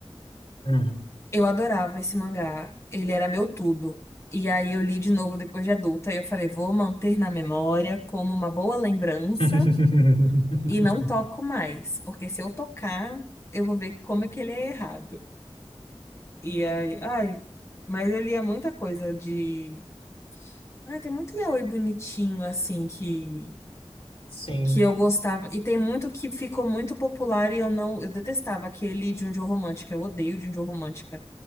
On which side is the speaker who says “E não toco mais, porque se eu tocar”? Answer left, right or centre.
Left